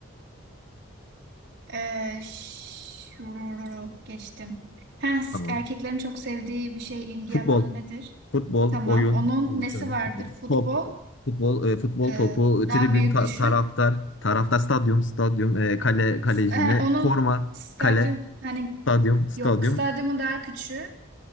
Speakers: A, on the right; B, on the left.
A: Ee, şu- geçtim. Ha, s-
B: Tamam.
A: erkeklerin çok sevdiği bir şey ilgi
B: Futbol.
A: alanı nedir?
B: Futbol
A: Tamam.
B: oyun.
A: Onun
B: Bilgisayar
A: nesi
B: oyunu.
A: vardır?
B: Futbol.
A: Futbol.
B: Top. Futbol e, futbol
A: Ee,
B: topu.
A: daha
B: Tribün
A: büyük
B: ta-
A: düşün.
B: taraftar. Taraftar stadyum. Stadyum. e, kale kalecine.
A: S- e, onun
B: Forma.
A: stadyum
B: Kale.
A: hani
B: Stadyum. Stadyum.
A: yok stadyumu daha küçüğü.